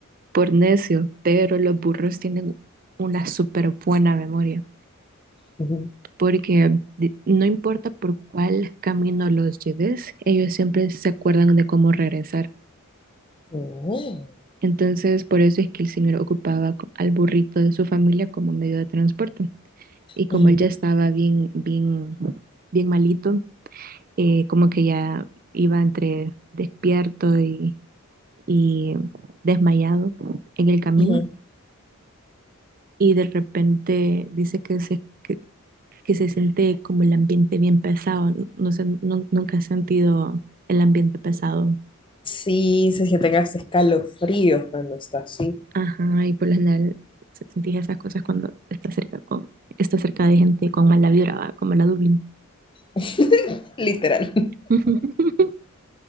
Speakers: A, on the right (about 40°); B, on the left (about 25°).
A: por necio, pero los burros tienen una súper buena memoria,
B: Ujú.
A: porque di- no importa por cuál camino los lleves, ellos siempre se acuerdan de cómo regresar.
B: Oh,
A: Entonces, por eso es que el señor ocupaba co- al burrito de su familia como medio de transporte. Y como
B: ujú,
A: él ya estaba bien, bien, bien malito, eh, como que ya iba entre despierto y, y desmayado en el camino.
B: ujú.
A: Y de repente dice que se que que se siente como el ambiente bien pesado. No sé, nu- nunca he sentido el ambiente pesado.
B: Sí, si es que tengas escalofríos cuando estás así.
A: Ajá, y por lo general se- sentís esas cosas cuando estás cerca con, estás cerca de gente con mala vibra, ¿va? como la Dublín.
B: <laughs> Literal.
A: <laughs>